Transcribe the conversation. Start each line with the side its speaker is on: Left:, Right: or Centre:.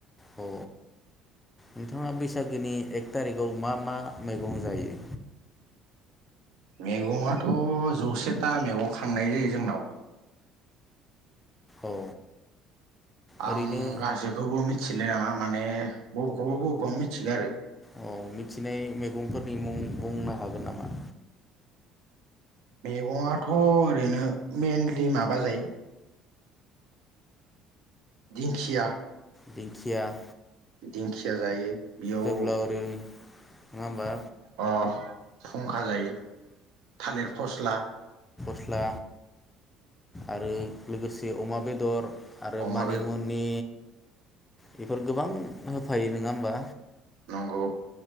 Left: औ। नोंथाङा बैसागोनि एक थारिखआव मा मा मैगं जायो?
Right: मैगंङाथ' जौसेता मैगं खांनाय जायो जोंनाव।
Left: औ।
Right: आं
Left: ओरैनो
Right: गासैखौबो मिथिलाय लाङा। माने बबेखौबा बबेखौबा मिथिगो आरो।
Left: औ मिथिनाय मैगंफोरनि मुं बुंनो हागोन नामा?
Right: मैगङाथ' ओरैनो मेनलि माबा जायो दिंखिया।
Left: दिंखिया।
Right: दिंखिया जायो। बेयाव
Left: जेब्ला ओरै नोङा ओमबा।
Right: अ फुंखा जायो, थालिर फस्ला
Left: स्ला आरो लोगोसे अमा बेदर आरो
Right: अमा
Left: मानिमुनि
Right: बेदर
Left: बेफोर गोबां। होफायो नोङा ओमबा।
Right: नंगौ।